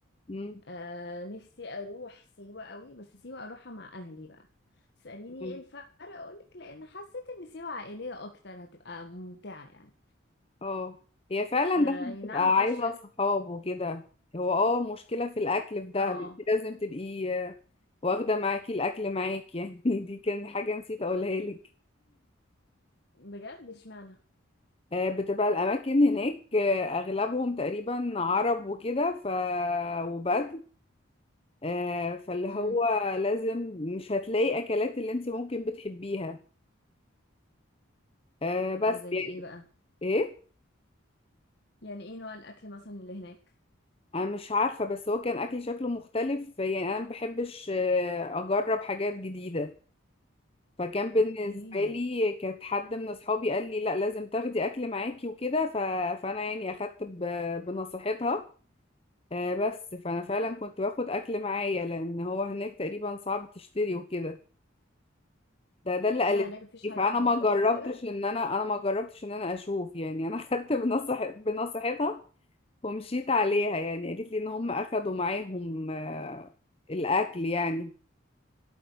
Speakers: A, on the left; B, on the left.
A: مم.
B: آه نفسي اروح سيوه قوي بس سيوه اروحها مع اهلي بقى تساليني
A: مم.
B: ايه الفرق اقولك لان حسيت ان سيوه عائليه اكتر هتبقى ممتعه يعني
A: اه هي فعلا
B: آه
A: دهب
B: أي
A: بتبقى
B: نعم ما فيهاش
A: عايزة
B: اكل
A: صحاب وكده هو اه مشكلة في الأكل في دهب
B: اه
A: انت لازم تبقي آه، واخدة معاكي الأكل معاكي <laughs> يعني دي كان حاجة نسيت أقولها لك
B: بجد اشمعنى
A: آه، بتبقى الأماكن هناك آه، أغلبهم تقريبا عرب وكده ف وبدو آه، فاللي
B: امم
A: هو لازم مش هتلاقي أكلات اللي انت ممكن بتحبيها آه، بس
B: زي
A: يعني
B: ايه بقى
A: ايه
B: يعني ايه نوع الاكل مثلا اللي هناك
A: انا مش عارفة بس هو كان اكلي شكله مختلف يعني انا ما بحبش آه، اجرب حاجات جديدة فكان بالنسبة
B: اوكي
A: لي كانت حد من اصحابي قال لي لا لازم تاخدي اكل معاكي وكده ف... فانا يعني اخدت ب... بنصيحتها آه، بس فانا فعلا كنت باخد اكل معايا لان هو هناك تقريبا صعب تشتري وكده ده ده اللي قالت
B: ايه ده هناك مفيش
A: لي فانا
B: هايبر ماركت
A: ما جربتش
B: وكده
A: ان انا انا ما جربتش ان انا اشوف يعني انا <laughs> اخدت بنصح... بنصيحتها ومشيت عليها يعني قالت لي ان هم اخدوا معاهم آه، الاكل يعني